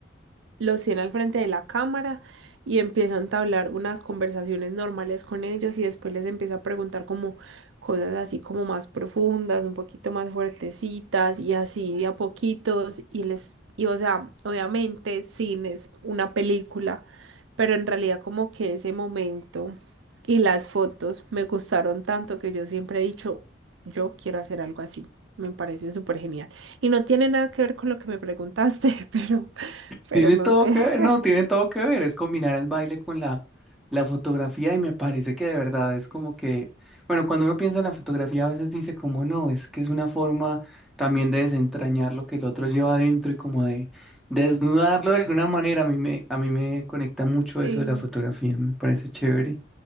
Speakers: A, on the right; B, in the centre.
A: los tiene al frente de la cámara y empieza a entablar unas conversaciones normales con ellos y después les empieza a preguntar como cosas así como más profundas, un poquito más fuertecitas y así de a poquitos y les y o sea, obviamente cine es una película, pero en realidad como que ese momento y las fotos me gustaron tanto que yo siempre he dicho, yo quiero hacer algo así. Me parece súper genial. Y no tiene nada que ver con lo que me preguntaste, <laughs> pero pero
B: Tiene
A: no
B: todo
A: sé. <laughs>
B: que ver, no, tiene todo que ver, es combinar el baile con la, la fotografía y me parece que de verdad es como que, bueno, cuando uno piensa en la fotografía a veces dice como no, es que es una forma también de desentrañar lo que el otro lleva adentro y como de desnudarlo de alguna manera, a mí me, a mí me conecta mucho
A: Sí.
B: eso de la fotografía, me parece chévere.